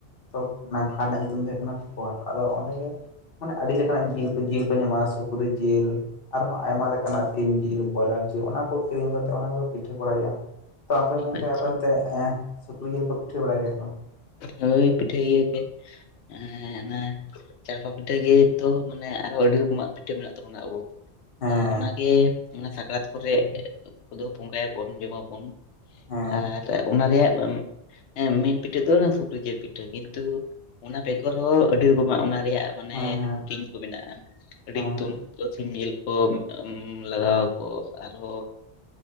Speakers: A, on the left (about 55°); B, on the left (about 85°).
A: ᱛᱚ ᱚᱱᱟ ᱵᱷᱟᱴ ᱨᱮᱱᱟᱜ ᱧᱩᱛᱩᱢ ᱫᱚ ᱦᱩᱭᱩᱜ ᱠᱟᱱᱟ ᱯᱚᱴ ᱟᱫᱚ ᱚᱸᱰᱮ ᱜᱮ ᱢᱟᱱᱮ ᱟᱹᱰᱤ ᱞᱮᱠᱟᱱᱟᱜ ᱡᱤᱞ ᱠᱚ ᱡᱤᱞ ᱠᱚ ᱧᱟᱢᱚᱜᱼᱟ ᱥᱩᱠᱨᱤ ᱡᱤᱞ ᱟᱨᱦᱚᱸ ᱟᱭᱢᱟ ᱞᱮᱠᱟᱱᱟᱜ ᱥᱤᱢ ᱡᱤᱞ ᱵᱚᱭᱞᱟᱨ ᱡᱤᱞ ᱚᱱᱟ ᱠᱚ ᱠᱤᱨᱤᱧ ᱠᱟᱛᱮᱫ ᱚᱱᱟ ᱠᱚᱜᱮ ᱯᱤᱴᱷᱟᱹ ᱵᱟᱲᱟᱭ ᱦᱳᱭᱳᱜ-ᱟ ᱛᱚ ᱟᱯᱮ ᱜᱚᱝᱠᱮ
B: ᱟᱪᱪᱷᱟ
A: ᱟᱯᱮ ᱚᱱᱛᱮ ᱮᱸ ᱥᱩᱠᱨᱤ ᱡᱤᱞ ᱠᱚ ᱯᱤᱴᱷᱟᱹ ᱵᱟᱲᱟᱭ ᱜᱮᱭᱟ ᱥᱮ ᱵᱟᱝ?
B: ᱦᱳᱭ ᱯᱤᱴᱷᱟᱹ ᱤᱭᱟᱹ ᱛᱮ ᱮᱸ ᱚᱱᱮ ᱪᱟᱲᱯᱟ ᱯᱤᱴᱷᱟᱹ ᱜᱮᱛᱚ ᱢᱟᱱᱮ ᱟᱨᱚ ᱟᱹᱰᱤ ᱨᱚᱠᱚᱢᱟᱜ ᱯᱤᱴᱷᱟᱹ ᱢᱮᱱᱟᱜ ᱛᱟᱵᱚᱱᱟ ᱟᱵᱚ।
A: ᱦᱮᱸ
B: ᱚ ᱚᱱᱟᱜᱮ ᱚᱱᱟ ᱥᱟᱠᱨᱟᱛ ᱠᱚᱨᱮ ᱫᱚ ᱵᱚᱸᱜᱟᱭᱟᱵᱚᱱ ᱡᱚᱢᱟᱵᱚᱱ।
A: ᱦᱮᱸ
B: ᱟᱨ ᱚᱱᱟ ᱨᱮᱭᱟᱜ ᱢᱮᱱ ᱯᱤᱴᱷᱟᱹ ᱫᱚ ᱥᱩᱠᱨᱤ ᱡᱤᱞ ᱯᱤᱴᱷᱟᱹ ᱠᱤᱱᱛᱩ ᱚᱱᱟ ᱵᱮᱜᱚᱨ ᱦᱚᱸ ᱟᱹᱰᱤ ᱨᱚᱠᱚᱢᱟᱜ ᱚᱱᱟ ᱨᱮᱭᱟᱜ ᱢᱟᱱᱮ
A: ᱦᱮᱸ ᱦᱮᱸ
B: ᱦᱟᱴᱤᱧ ᱠᱚ ᱢᱮᱱᱟᱜ-ᱟ ᱟᱹᱰᱤ
A: ᱦᱮᱸ
B: ᱛᱩᱱ ᱛᱚ ᱥᱤᱢ ᱡᱮᱞ ᱠᱚ ᱞᱟᱜᱟᱣ ᱟᱠᱚ ᱟᱨᱦᱚ